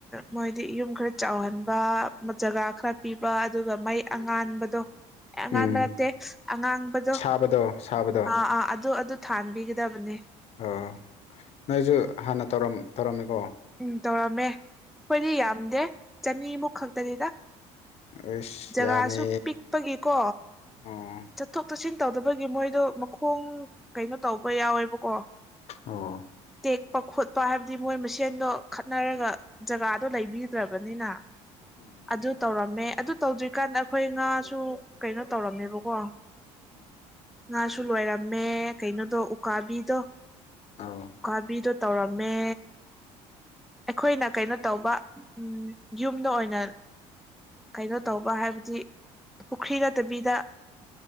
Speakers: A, in the centre; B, on the left.
A: ꯃꯣꯏꯗꯤ ꯌꯨꯝ ꯈꯔ ꯆꯥꯎꯍꯟꯕ ꯖꯒꯥ ꯈꯔ ꯄꯤꯕ ꯑꯗꯨꯒ ꯃꯥꯏ ꯑꯉꯥꯟꯕꯗꯣ ꯑꯦ ꯑꯉꯥꯟꯕ
B: ꯎꯝ
A: ꯅꯠꯇꯦ ꯑꯉꯥꯡꯕꯗꯣ
B: ꯁꯥꯕꯗꯣ ꯁꯥꯕꯗꯣ
A: ꯑꯥ ꯑꯥ ꯑꯗꯨ ꯑꯗꯨ ꯊꯥꯟꯕꯤꯒꯗꯕꯅꯦ꯫
B: ꯑꯣ ꯅꯣꯏꯁꯨ ꯍꯥꯟꯅ ꯇꯧꯔꯝ ꯇꯧꯔꯝꯃꯤꯀꯣ꯫
A: ꯎꯝ ꯇꯧꯔꯝꯃꯦ ꯑꯩꯈꯣꯏꯗꯤ ꯌꯥꯝꯗꯦ ꯆꯅꯤꯃꯨꯛ ꯈꯛꯇꯅꯤꯗ꯫
B: ꯑꯁ
A: ꯖꯒꯥꯁꯨ
B: ꯌꯥꯝꯃꯦ
A: ꯄꯤꯛꯄꯒꯤꯀꯣ
B: ꯑꯣ
A: ꯆꯠꯊꯣꯛ ꯆꯠꯁꯤꯟ ꯇꯧꯗꯕꯒꯤ ꯃꯣꯏꯗꯣ ꯃꯈꯣꯡ ꯀꯩꯅꯣ ꯇꯧꯕ ꯌꯥꯎꯋꯦꯕꯀꯣ
B: ꯑꯣ
A: ꯇꯦꯛꯄ ꯈꯣꯠꯄ ꯍꯥꯏꯕꯗꯤ ꯃꯣꯏ ꯃꯁꯦꯟꯗꯣ ꯈꯠꯅꯔꯒ ꯖꯒꯥꯗꯣ ꯂꯩꯕꯤꯗ꯭ꯔꯕꯅꯤꯅ
B: ꯎꯝ
A: ꯑꯗꯨ ꯇꯧꯔꯝꯃꯦ ꯑꯗꯨ ꯇꯧꯗ꯭ꯔꯤꯀꯥꯟꯗ ꯑꯩꯈꯣꯏ ꯉꯥꯁꯨ ꯀꯩꯅꯣ ꯇꯧꯔꯝꯃꯦꯕꯀꯣ
B: <inaudible>
A: ꯉꯥꯁꯨ ꯂꯣꯏꯔꯝꯃꯦ ꯀꯩꯅꯣꯗꯣ ꯎꯀꯥꯕꯤꯗꯣ
B: ꯑꯧ
A: ꯎꯀꯥꯕꯤꯗꯣ ꯇꯧꯔꯝꯃꯦ ꯑꯩꯈꯣꯏꯅ ꯀꯩꯅꯣ ꯇꯧꯕ ꯌꯨꯝꯗ ꯑꯣꯏꯅ ꯀꯩꯅꯣ ꯇꯧꯕ ꯍꯥꯏꯕꯗꯤ ꯄꯨꯈ꯭ꯔꯤ ꯅꯠꯇꯕꯤꯗ